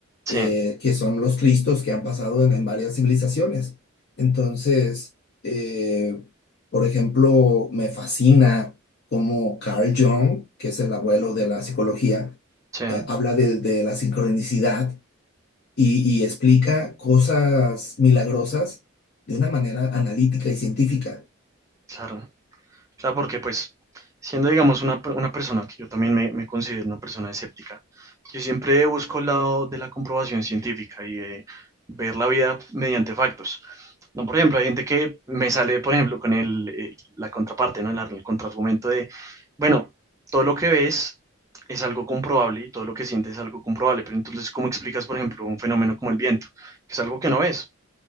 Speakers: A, on the right; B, on the left.
A: sí,
B: eh, que son los Cristos que han pasado en, en varias civilizaciones. Entonces, eh, por ejemplo, me fascina cómo Carl Jung, que es el abuelo de la psicología,
A: sí,
B: eh, habla de, de la sincronicidad y, y explica cosas milagrosas de una manera analítica y científica.
A: claro. Claro, porque pues, siendo, digamos, una, per- una persona que yo también me, me considero una persona escéptica, yo siempre busco el lado de la comprobación científica y de ver la vida mediante factos. No, por ejemplo, hay gente que me sale, por ejemplo, con el, eh, la contraparte, ¿no? El, ar- el contraargumento de, bueno, todo lo que ves es algo comprobable y todo lo que sientes es algo comprobable, pero entonces, ¿cómo explicas, por ejemplo, un fenómeno como el viento? Que es algo que no ves